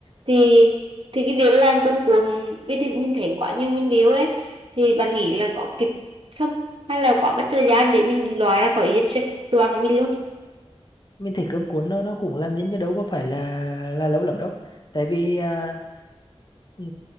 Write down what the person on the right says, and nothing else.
Thì thì cái việc làm công cuồng vì thì mình thấy quá nhiều nguyên liệu ấy thì bạn nghĩ là có kịp không? Hay là quá mất thời gian để mình loại ra khỏi danh sách đồ ăn của mình luôn?